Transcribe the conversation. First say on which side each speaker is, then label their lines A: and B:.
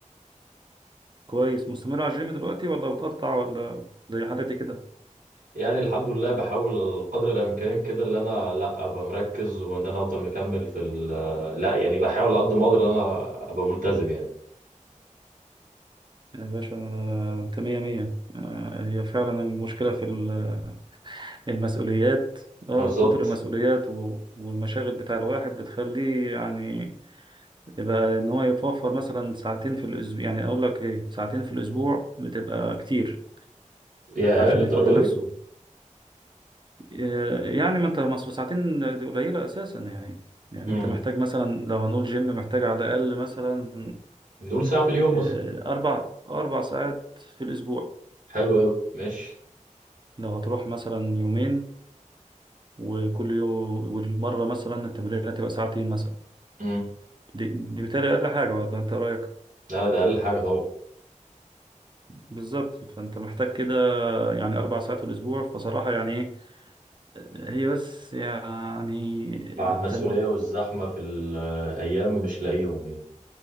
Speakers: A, on the right (about 35°); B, on the right (about 85°).
A: كويس مستمر على الجيم دلوقتي ولا بتقطع ولا زي حالتي كده
B: يعني الحمد لله بحاول قدر الامكان كده ان انا لا ابقى مركز وان انا افضل مكمل في ال آه، لا يعني بحاول على قد ما اقدر ان انا ابقى ملتزم يعني
A: يا باشا أنا- انت مية مية آه، هي فعلا المشكلة في ال- المسؤوليات اه
B: بالظبط
A: كتر المسؤوليات و- والمشاغل بتاع الواحد بتخليه يعني يبقى ان هو يوفر مثلا ساعتين في الاسبوع يعني اقول لك ايه ساعتين في الاسبوع بتبقى كتير
B: يا
A: عشان
B: للدرجه
A: يفضي نفسه
B: دي
A: آه، يعني ما انت ما أصل ساعتين دي قليلة اساسا يعني يعني
B: امم
A: انت محتاج مثلا لو هنقول جيم محتاج على الاقل مثلا
B: نقول ساعه في اليوم
A: آه،
B: مثلا
A: اربع اربع ساعات في الاسبوع
B: حلو قوي ماشي
A: لو هتروح مثلا يومين وكل يوم والمرة مثلا التمرين هتبقى ساعتين مثلا
B: امم
A: دي, دي بالتالي اقل حاجة ولا انت رأيك
B: لا ده اقل حاجه طبعا
A: بالظبط فانت محتاج كده يعني اربع ساعات في الاسبوع فصراحة يعني ايه هي بس يعني
B: مع
A: انت
B: المسؤوليه والزحمه في الايام مش لاقيهم يعني